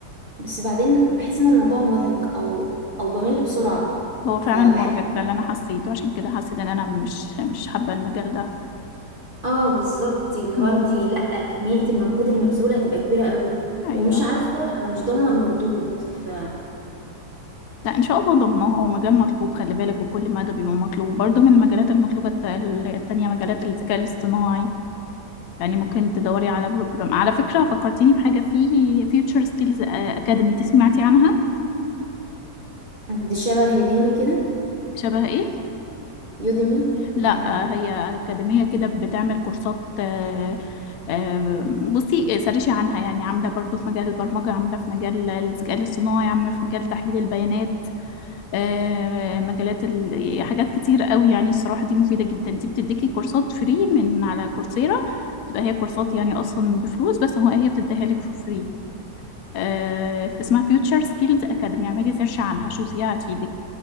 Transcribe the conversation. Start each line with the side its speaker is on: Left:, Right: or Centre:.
Right: بس بعدين بحس ان الموضوع مرهق او او بمل بسرعة
Left: هو فعلا
Right: فبحس
Left: مرهق ده اللي أنا حسيته عشان كده حسيت إن أنا مش مش حابة المجال ده
Right: اه بالظبط اللي
Left: مم.
Right: هو انت لا كمية المجهود المبذول هتبقى كبيرة قوي
Left: أيوه
Right: ومش عارفة او مش ضامنة المردود ف
Left: لا ان شاء الله ضمنها هو مجال مطلوب خلي بالك وكل مادة بيبقى مطلوب برضه من المجالات المطلوبة الت- التانية مجالات الذكاء الاصطناعي يعني ممكن تدوري على بروجرام على فكرة فكرتيني بحاجة في فيوتشر سكيلز اكاديمي دي سمعتي عنها
Right: دي شبه يوديمي كده
Left: شبه ايه
Right: يوديمي
Left: لا
Right: اللي هي
Left: آه، هي أكاديمية كده بتعمل كورسات آه، آه، بصي سرشي عنها يعني عاملة برضو في مجال البرمجة عاملة في مجال الذكاء الاصطناعي عاملة في مجال تحليل البيانات آه، مجالات ال... يعني حاجات كتير قوي يعني الصراحة دي مفيدة جدا دي بتديكي كورسات فري من على كورسيرا بتبقى هي كورسات يعني أصلا بفلوس بس هو هي بتديها لك فور فري آه، اسمها فيوتشر سكيلز أكاديمي اعملي سيرش عنها شوفيها هتفيدك